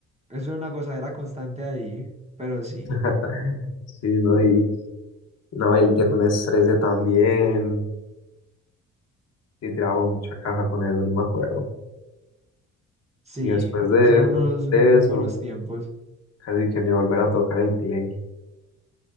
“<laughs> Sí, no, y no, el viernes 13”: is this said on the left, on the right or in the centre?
Left